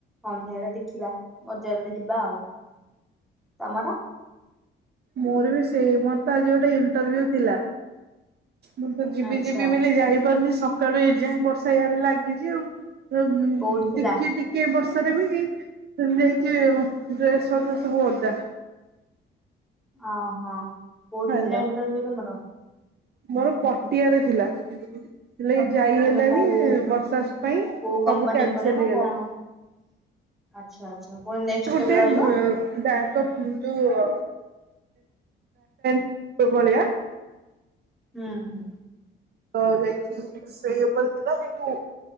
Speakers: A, in the centre; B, on the right.
A: ସନ୍ଧ୍ୟା ବେଳେ ଦେଖିବା, ବଜାର ଆଡେ ଯିବା ଆଉ, ତମର?
B: ମୋର ବି ସେଇ ମୋର ତ ଆଜି ଗୋଟେ ଇଣ୍ଟରଭ୍ୟୁ ଥିଲା। ମୁଁ ତ ଯିବି
A: ଆଚ୍ଛା।
B: ଯିବି ବୋଲି ଯାଇପାରୁନି ସକାଳୁ ଏ ଯାଏ ବର୍ଷା ଇଆଡେ ଲାଗିଛି ଆଉ। <unintelligible>
A: କୋଉଠି ଥିଲା
B: ଟିକେ ଟିକେ ବର୍ଷ ରେ ବି ନେଇକି ଡ୍ରେସ ପତ୍ର ସବୁ ଓଦା
A: ଓ ହୋ କୋଉଠି
B: ହ୍ୟାଲୋ
A: ଥିଲା ଇଣ୍ଟରଭ୍ୟୁ ତମର?
B: ମୋର ପଟିଆରେ ଥିଲା। ହେଲେ ଯାଇ ହେଲାନି
A: ମାନେ କୋଉ
B: ବର୍ଷାସ ପାଇଁ
A: କୋଉ
B: ସବୁ
A: କମ୍ପାନୀ
B: କ୍ୟାନସଲ
A: ଉପରେ ନା
B: ହେଇଗଲା।
A: କଣ? ଆଚ୍ଛା। ଆଚ୍ଛା ପୁଣି ନେକ୍ସଟ
B: ଗୋଟେ
A: କେବେ ରହିବ?
B: ଉ ବ୍ୟାକଅପ୍ ଯୋଉ <unintelligible> ଭଳିଆ।
A: ହୁଁ ହୁଁ।
B: ତ ଯାଇକି ସେଇ ଉପରେ ଥିଲା ସେଠୁ